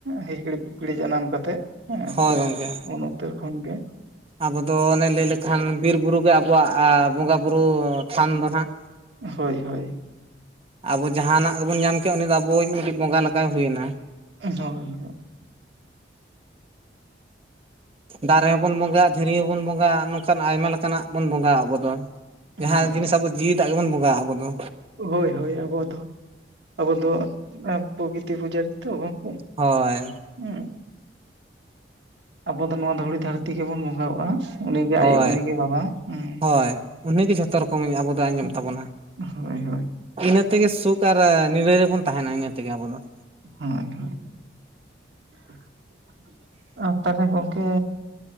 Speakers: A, on the right (about 70°); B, on the right (about 35°).
A: ᱦᱤᱦᱤᱲᱤ ᱯᱤᱯᱤᱲᱤ ᱡᱟᱱᱟᱢ ᱠᱟᱛᱮᱜ ᱦᱮᱸ
B: ᱦᱳᱭ ᱜᱚᱝᱠᱮ
A: ᱩᱱ ᱩᱛᱟᱹᱨ ᱠᱷᱚᱱ ᱜᱮ
B: ᱟᱵᱚ ᱫᱚ ᱚᱱᱮ ᱞᱟᱹᱭ ᱞᱮᱠᱷᱟᱱ ᱵᱤᱨ ᱵᱩᱨᱩ ᱜᱮ ᱟᱵᱚᱣᱟᱜ ᱵᱚᱸᱜᱟ ᱵᱩᱨᱩ ᱛᱷᱟᱱ ᱫᱚ ᱱᱟᱜ ᱾
A: ᱦᱚᱭ ᱦᱚᱭ ᱾
B: ᱟᱵᱚ ᱡᱟᱦᱟᱱᱟᱜ ᱜᱮᱵᱚᱱ ᱧᱟᱢ ᱠᱮᱜ ᱩᱱᱤ ᱫᱚ ᱟᱵᱚᱭᱤᱡ ᱩᱱᱤ ᱵᱚᱸᱜᱟ ᱞᱮᱠᱟᱭ ᱦᱩᱭᱮᱱᱟ ᱾
A: <unintelligible>
B: ᱫᱟᱨᱮ ᱦᱚᱸᱵᱚᱱ ᱵᱚᱸᱜᱟ ᱦᱟᱜ ᱫᱷᱤᱨᱤ ᱦᱚᱸᱵᱚᱱ ᱵᱚᱸᱜᱟ ᱦᱟᱜ ᱱᱚᱝᱠᱟᱱ ᱟᱭᱢᱟ ᱞᱮᱠᱟᱱᱟᱜ ᱵᱚᱱ ᱵᱚᱸᱜᱟ ᱟᱵᱚ ᱫᱚ ᱾ ᱡᱟᱦᱟᱸ
A: ᱦᱳᱭ
B: ᱡᱤᱱᱤᱥ ᱟᱵᱚ ᱡᱤᱣᱤᱫᱟᱜ ᱜᱮᱵᱚᱱ ᱵᱚᱸᱜᱟ ᱦᱟᱜᱼᱟ ᱟᱵᱚ ᱫᱚ᱾
A: ᱦᱳᱭ ᱦᱳᱭ ᱟᱵᱚ ᱫᱚ, ᱟᱵᱚ ᱫᱚᱼᱼ ᱮ ᱯᱨᱚᱠᱤᱛᱤ ᱯᱩᱡᱟᱹ ᱛᱚ ᱜᱚᱢᱠᱮ
B: ᱦᱳᱭ
A: ᱾ ᱦᱩᱸ, ᱟᱵᱚ ᱫᱚ ᱱᱚᱣᱟ ᱫᱷᱩᱲᱤ ᱫᱷᱟᱹᱨᱛᱤ ᱜᱮᱵᱚᱱ ᱵᱚᱸᱜᱟᱣᱟᱜᱼᱟ ᱾ ᱩᱱᱤ ᱜᱮ
B: ᱦᱳᱭ
A: ᱟᱭᱳ ᱩᱱᱤ ᱜᱮ ᱵᱟᱵᱟ ᱦᱩᱸ
B: ᱦᱳᱭ ᱩᱱᱤᱜᱮ ᱡᱷᱚᱛᱚ ᱨᱚᱠᱚᱢ ᱟᱵᱚ ᱫᱚ ᱟᱸᱡᱚᱢ ᱛᱟᱵᱚᱱᱟ
A: ᱾ ᱦᱚᱭ ᱦᱚᱭ ᱾
B: ᱤᱱᱟᱹ ᱛᱮᱜᱮ ᱥᱩᱠ ᱟᱨ ᱱᱤᱨᱟᱹᱭ ᱨᱮᱵᱚᱱ ᱛᱟᱦᱮᱱᱟ ᱤᱱᱟᱹ ᱛᱮᱜᱮ ᱟᱵᱚ ᱫᱚ ᱾
A: ᱦᱳᱭ ᱦᱳᱭ <unintelligible> ᱛᱟᱦᱞᱮ ᱜᱚᱝᱠᱮ